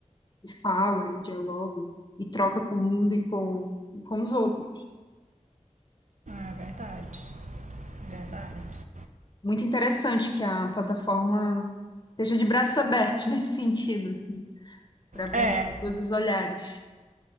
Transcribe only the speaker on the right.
é verdade. Verdade.
É,